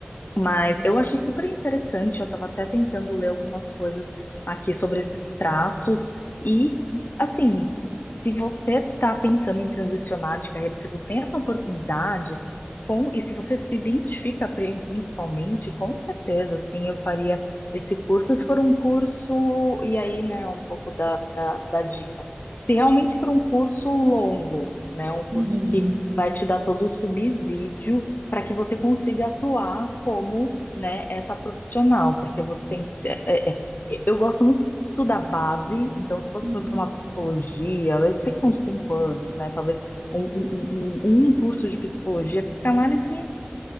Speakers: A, on the left; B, on the right.
A: Mas eu achei super interessante, eu estava até tentando ler algumas coisas aqui sobre esses traços. E, assim, se você está pensando em transicionar de carreira, se você tem essa oportunidade, com, e se você se identifica pri- principalmente, com certeza, assim, eu faria esse curso. Se for um curso, e aí, né, um pouco da, da, da dica. Se realmente for um curso longo, né, um curso
B: Uhum,
A: que vai te dar todo o subsídio para que você consiga atuar como, né, essa profissional, porque você tem. é, é, é, eu gosto muito da base, então se você
B: uhum,
A: for para uma psicologia, eu sei que são cinco anos, né? Talvez um, um,
B: uhum,
A: um, um um curso de psicologia, psicanálise,